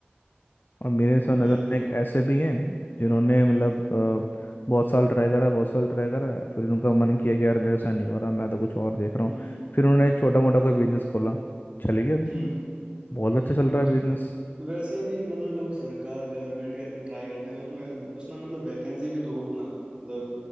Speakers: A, on the left; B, on the right.
A: और मेरे से
B: वही
A: नज़र
B: तो
A: में एक ऐसे भी हैं जिन्होंने मतलब
B: हम्म
A: अ, बहुत साल ट्राई करा बहुत साल ट्राई करा फिर उनका मन किया कि यार मेरे साथ नहीं हो रहा मैं तो कुछ और देख रहा
B: हम्म
A: हूँ फिर उन्होंने एक छोटा मोटा कोई बिजनेस खोला चल गया बिजनेस
B: हम्म
A: बहुत अच्छा
B: हम्म
A: चल रहा है बिजनेस
B: वैसे भी मतलब लोग सरकार गवर्नमेंट का इतना ट्राई करते हैं उसमें उसमें मतलब वैकेंसी भी तो हो उतना मतलब